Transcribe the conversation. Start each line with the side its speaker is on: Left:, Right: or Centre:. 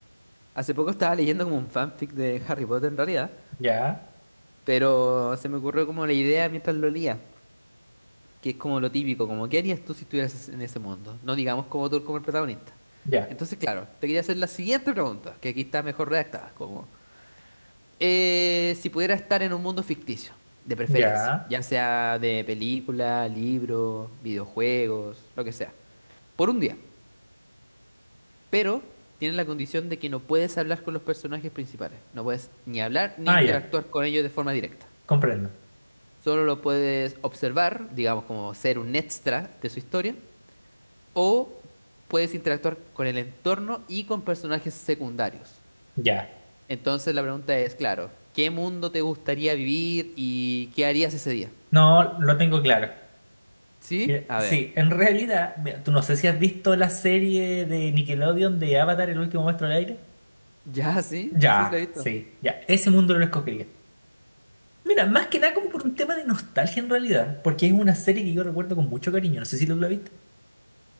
Right: hace poco estaba leyendo como un fanfic de Harry Potter en realidad,
Left: Ya,
Right: pero se me ocurrió como la idea mientras lo leía, que es como lo típico, como ¿qué harías tú si estuvieras es- en ese mundo? No digamos como tú como el protagonista.
Left: ya,
Right: Entonces, claro, te quería hacer la siguiente pregunta, que aquí está mejor redactada, como... Eh, si pudiera estar en un mundo ficticio, de preferencia,
Left: ya.
Right: ya sea de película, libro, videojuegos, lo que sea, por un día. Pero tiene la condición de que no puedes hablar con los personajes principales, no puedes ni hablar ni
Left: Ah,
Right: interactuar
Left: ya,
Right: con ellos de forma directa.
Left: comprendo.
Right: Solo lo puedes observar, digamos, como ser un extra de su historia, o puedes interactuar con el entorno y con personajes secundarios.
Left: Ya.
Right: Entonces la pregunta es, claro, ¿qué mundo te gustaría vivir y qué harías ese día?
Left: No, lo tengo claro.
Right: Sí,
Left: Mira,
Right: a
Left: sí,
Right: ver.
Left: en realidad, mira, tú no sé si has visto la serie de Nickelodeon de Avatar, el último maestro del aire.
Right: Ya, sí,
Left: Ya,
Right: sí sí la he visto.
Left: sí, ya. Ese mundo lo escogería. Mira, más que nada como por un tema de nostalgia en realidad, porque es una serie que yo recuerdo con mucho cariño. No sé si tú la viste.